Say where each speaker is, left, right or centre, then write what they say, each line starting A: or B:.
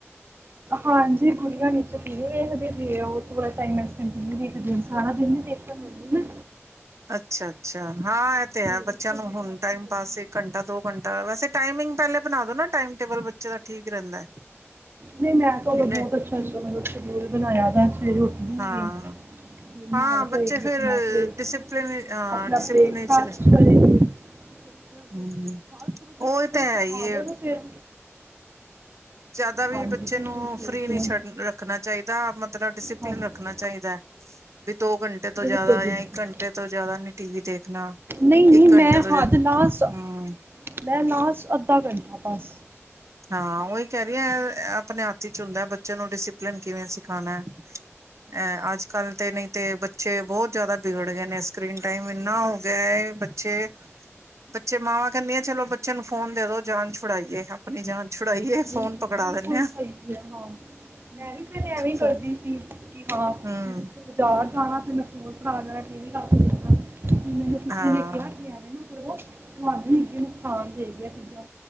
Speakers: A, on the right; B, on the right.
A: ਹਾਂਜੀ ਗੁੜੀਆ ਨੀਚੇ ਟੀਵੀ ਵੇਖਦੀ ਪਈ ਆ <unintelligible> ਸਾਰਾ ਦਿਨ ਨੀ ਦੇਖਣ ਦਿੰਦੀ ਮੈ
B: ਅੱਛਾ-ਅੱਛਾ ਹਾਂ ਇਹ ਤੇ ਹੈ
A: ਦੇਖੇਗੀ
B: ਬੱਚਿਆਂ ਨੂੰ ਹੁਣ ਟਾਈਮ
A: ਮਿੰਟ
B: ਪਾਸ ਇੱਕ ਘੰਟਾ ਦੋ ਘੰ ਤਾਂ ਵੈਸੇ ਟਾਈਮਿੰਗ ਪਹਿਲੇ ਬਣਾ ਦੋ ਨਾ ਟਾਈਮ ਟੇਬਲ ਬੱਚੇ ਦਾ ਠੀਕ ਰਹਿੰਦਾ ਐ
A: ਨਹੀਂ ਮੈਂ ਤਾਂ ਉਦੋਂ
B: ਕਿੰਨੇ
A: ਬਹੁਤ ਅੱਛਾ ਅੱਛਾ ਮਤਲਬ ਬਣਾਇਆ ਤਾਂ ਸਵੇਰੇ ਉੱਠਦੀ
B: ਹਾਂ,
A: ਏ ਫਿਰ
B: ਹਾਂ
A: ਨਾਏ ਧੋਏਗੀ
B: ਬੱਚੇ ਫੇਰ
A: ਆਪਣਾ ਫਿਰ
B: ਡਿਸਿਪਲਿਨ ਹਾਂ
A: ਆਪਣਾ
B: ਡਿਸਿਪਲਿਨ
A: ਬ੍ਰੇਕਫਾਸਟ
B: ਚ
A: ਕਰੇਗੀ ਹਾਂ
B: ਹੂੰ
A: ਸ਼ੁਰੂ ਤੋਂ
B: ਉਹ
A: ਹੀ ਬੱਚਿਆਂ
B: ਤਾਂ
A: ਨੂੰ
B: ਹੈ
A: ਸਿਖਾ
B: ਹੀ ਏ।
A: ਦੋ ਨਾ ਫਿਰ
B: ਜ਼ਿਆਦਾ ਵੀ
A: ਹਾਂਜੀ
B: ਬੱਚੇ
A: ਬਿਲਕੁਲ
B: ਨੂੰ
A: ਸਹੀ
B: ਫਰੀ
A: ਕਿਹਾ
B: ਨਹੀਂ ਛੱਡ ਰੱਖਣਾ ਚਾਹੀਦਾ ਮਤਲਬ ਡਿਸਿਪਲਿਨ
A: ਹਾਂਜੀ
B: ਰੱਖਣਾ ਚਾਹੀਦਾ ਐ ਦੋ ਘੰਟੇ ਤੋਂ
A: ਬਿਲਕੁਲ
B: ਜ਼ਿਆਦਾ
A: ਬਿਲਕੁਲ
B: ਜਾਂ ਇੱਕ ਘੰਟੇ ਤੋਂ ਜ਼ਿਆਦਾ ਨੀ ਟੀ ਵੀ ਦੇਖਣਾ
A: ਨਹੀਂ ਨਹੀਂ
B: ਇੱਕ ਘੰਟੇ
A: ਮੈਂ
B: ਤੋਂ ਜ
A: ਹੱਦ ਲਾਸਟ
B: ਹੂੰ
A: ਮੈਂ ਲਾਸਟ ਅੱਧਾ ਘੰਟਾ ਬਸ
B: ਹਾਂ ਉਹੀ ਕਹਿ ਰਹੀ ਹ ਆਪਣੇ ਹੱਥ 'ਚ ਹੁੰਦਾ ਬੱਚੇ ਨੂੰ ਡਿਸਿਪਲਿਨ ਕਿਵੇਂ ਸਿਖਾਉਣਾ ਅੱ ਅੱਜ ਕੱਲ ਤੇ ਨਹੀਂ ਤੇ ਬੱਚੇ ਬਹੁਤ ਜ਼ਿਆਦਾ ਬਗੜ ਗਏ ਨੇ ਸਕਰੀਨ ਟਾਈਮ ਇੰਨਾ ਹੋ ਗਿਆ ਹੈ ।ਬੱਚੇ ਬੱਚੇ ਮਾਵਾਂ ਕਹਿੰਦੀਆਂ ਚਲੋ ਬੱਚੇ ਨੂੰ ਫੋਨ ਦੇਦੋ ਜਾਨ ਛੁਡਾਈਏ ਆਪਣੀ ਜਾਨ ਛੁਡਾਈਏ
A: ਬਿਲਕੁਲ
B: ਫੋਨ ਪਕੜਾ
A: ਬਿਲਕੁਲ
B: ਦਿੰਦੇ ਆ
A: ਸਹੀ ਬਾਜ਼ਾਰ
B: ਫੋ ਹਮ
A: ਜਾਣਾ ਤੇ ਮੈਂ ਫੋਨ ਖ ਠੀਕ ਹੀ ਕਰ <unintelligible> ਮੈਨੂੰ ਕਿਸੇ
B: ਹਾਂ
A: ਨੇ ਕਿਹਾ ਕਿ ਐਵੇਂ ਨਾ ਕਰੋ ਤੁਹਾਡੀ ਨੁਕਸਾਨ ਦੇਗੀਆਂ ਚੀਜ਼ਾਂ